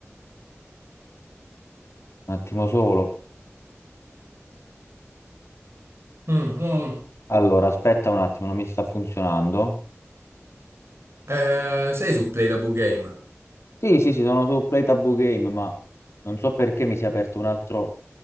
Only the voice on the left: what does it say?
un attimo solo.
Allora, aspetta un attimo, non mi sta funzionando.
Sì, sì, sì, sono su Play Taboo Game, ma non so perché mi si è aperto un altro